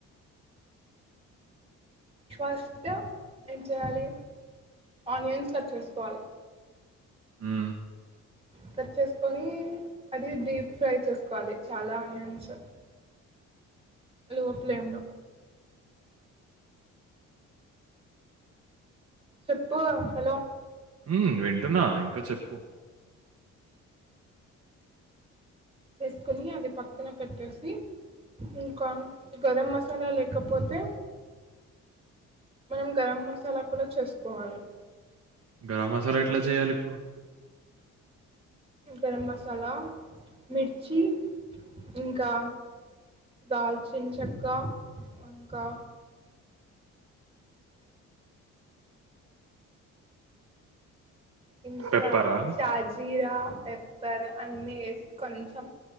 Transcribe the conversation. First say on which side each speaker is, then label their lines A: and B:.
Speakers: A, on the right; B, on the right.
A: ఫస్ట్ ఏం చేయాలి ఆనియన్స్ కట్ చేసుకోవాలి
B: ఉమ్,
A: కట్ చేసుకొని అది డీప్ ఫ్రై చేసుకోవాలి చాలా ఆనియన్స్ లో ఫ్లేమ్ లో చెప్పు హలో
B: హ్మ వింటున్నా ఇంకా చెప్పు
A: చేసుకోని అది పక్కన పెట్టేసి ఇంకా గరం మసాలా లేకపోతే మనం గరం మసాలా కూడా చేసుకోవాలి
B: గరం మసాలా ఎట్లా చేయాలి ఇప్పుడు
A: గరం మసాలా మిర్చి ఇంకా దాల్చిని చెక్క ఇంకా ఇంకా
B: పెప్పరా
A: షాజీరా పెప్పర్ అన్ని వేసి కొంచెం